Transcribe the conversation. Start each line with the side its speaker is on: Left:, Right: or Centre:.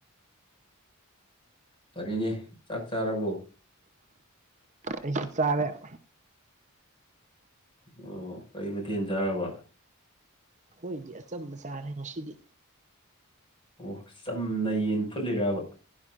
Left: ꯐꯔꯤꯅꯦ ꯆꯥꯛ ꯆꯥꯔꯕꯣ
Right: ꯑꯩꯁꯨ ꯆꯥꯔꯦꯕ
Left: ꯑꯣ ꯀꯩ ꯃꯊꯦꯜ ꯆꯥꯔꯕ
Right: ꯍꯈꯣꯏꯗꯤ ꯑꯆꯝꯕ ꯆꯥꯔꯦ ꯉꯁꯤꯗꯤ
Left: ꯑꯣ ꯆꯝꯅ ꯌꯦꯟ ꯐꯨꯠꯂꯤꯔꯕ